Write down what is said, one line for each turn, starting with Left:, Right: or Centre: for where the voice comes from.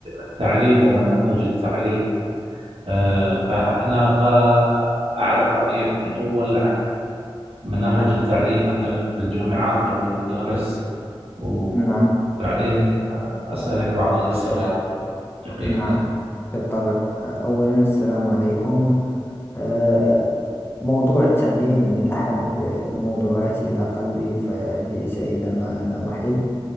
Right: التعليم ومناهج التعليم آه، فأنا أبغى أعرف رأيك الأول عن مناهج التعليم مثلا في الجامعات أو في المدارس وبعدين
Left: نعم
Right: آه، أسألك بعض الأسئلة دقيقة
Left: نعم بالطبع أولا السلام عليكم آه، موضوع التعليم من أحب الموضوعات إلى قلبي فجئت إلى ما أنا أحب